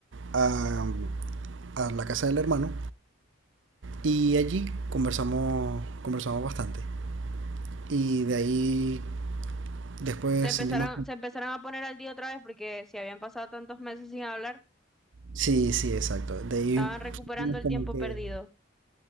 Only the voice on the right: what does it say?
a, a la casa del hermano y allí conversamos, conversamos bastante. Y de ahí después
sentimos...
Sí, sí, exacto. De ahí
sentimos
como
que...